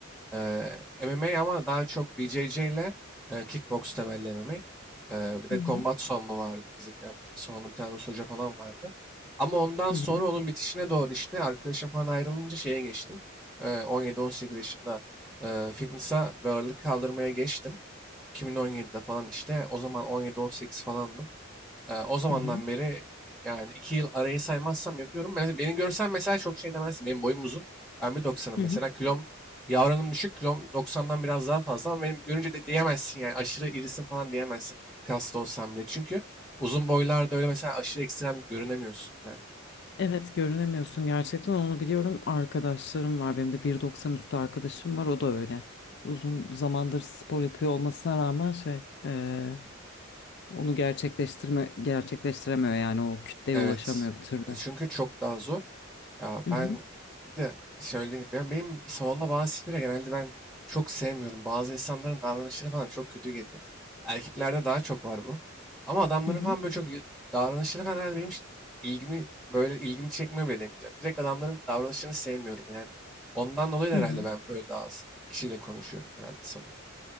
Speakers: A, in the centre; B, on the left (about 55°).
A: Eee, MMA ama daha çok BJJ ile eee, kickbox temelli MMA. Eee, bir de
B: hı hı
A: Combat Sambo vardı bizim yaptığımız. Sonra onun bir tane Rus hoca falan vardı. Ama ondan
B: hı
A: sonra onun bitişine doğru işte arkadaşım falan ayrılınca şeye geçtim. Eee, 17-18 yaşında eee fitness'a ve ağırlık kaldırmaya geçtim. 2017'de falan işte o zaman 17-18 falandım. Ee, o zamandan
B: hı
A: beri yani iki yıl arayı saymazsam yapıyorum. Mesela beni görsen mesela çok şey demezsin. Benim boyum uzun. Ben 1.90'ım
B: hı
A: mesela.
B: hı.
A: Kilom yavranım düşük. Kilom 90'dan biraz daha fazla ama benim görünce de diyemezsin yani aşırı irisin falan diyemezsin. Kaslı olsan bile. Çünkü uzun boylarda öyle mesela aşırı ekstrem görünemiyorsun genelde.
B: Evet görünemiyorsun gerçekten onu biliyorum. Arkadaşlarım var benim de 1.90 üstü arkadaşım var o da öyle. Uzun zamandır spor yapıyor olmasına rağmen şey eee, onu gerçekleştirme gerçekleştiremiyor yani o kütleye
A: Evet.
B: ulaşamıyor bir türlü.
A: e, Çünkü çok daha zor. Ya
B: Hı
A: ben
B: hı,
A: bir de söyleyeyim. Ben benim salonda bazı tipleri genelde ben çok sevmiyorum. Bazı insanların davranışları falan çok kötü geliyor. Erkeklerde daha çok var bu. Ama adamların
B: hı hı,
A: falan böyle çok y- davranışları falan herhalde benim hiç ilgimi böyle ilgimi çekmiyor bile demeyeceğim. Direkt adamların davranışlarını sevmiyorum yani. Ondan dolayı da
B: hı
A: herhalde
B: hı,
A: ben böyle daha az kişiyle konuşuyorum herhalde salonda.